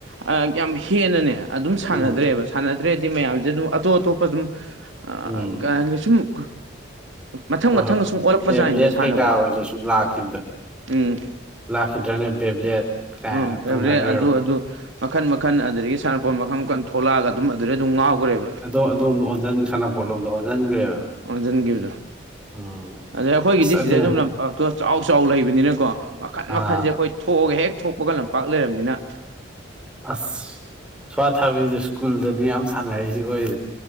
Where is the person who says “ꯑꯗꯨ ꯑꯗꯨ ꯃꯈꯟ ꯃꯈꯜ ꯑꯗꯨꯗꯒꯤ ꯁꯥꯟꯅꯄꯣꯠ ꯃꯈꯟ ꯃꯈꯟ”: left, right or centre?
Right